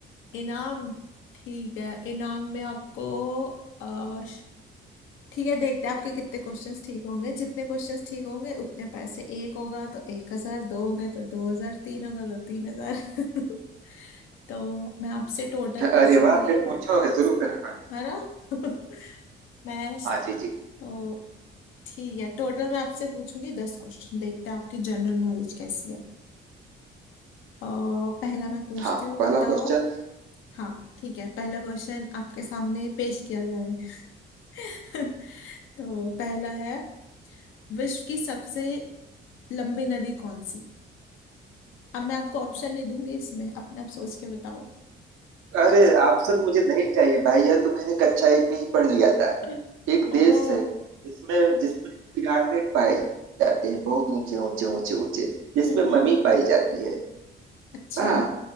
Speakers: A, on the left (about 85°); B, on the right (about 85°).
A: इनाम ठीक है इनाम में आपको अ, श- ठीक है देखते हैं आपके कितने क्वेश्चंस ठीक होंगे जितने क्वेश्चंस ठीक होंगे उतने पैसे एक होगा तो एक हजार दो होंगे तो दो हजार तीन होगा तो तीन हजार <laughs> तो मैं आपसे टोटल पूछूंगी
B: अरे वाह फिर पूछो शुरू करो हाँ
A: है ना <laughs> मैं स-
B: हाँ, जी जी
A: तो ठीक है टोटल मैं आपसे पूछूंगी दस क्वेश्चन देखते हैं आपकी जनरल नॉलेज कैसी है अ, पहला मैं पूछती
B: हाँ
A: हूँ
B: पहला
A: बताओ
B: क्वेश्चन
A: हाँ ठीक है पहला क्वेश्चन आपके सामने पेश किया जाए <laughs> तो पहला है विश्व की सबसे लंबी नदी कौन सी है? अब मैं आपको ऑप्शन नहीं दूंगी इसमें अपने आप सोच के बताओ
B: अरे ऑप्शन मुझे नहीं चाहिए भाई यह तो मैंने कक्षा एक में ही पढ़ लिया था
A: <laughs>
B: एक देश
A: ओ
B: है जिसमें जिसमें पिरामिड पाए जाते हैं बहुत ऊंचे ऊंचे ऊंचे ऊंचे जिसमें
A: हम्म हम्म,
B: ममी पाई जाती है
A: अच्छा
B: हाँ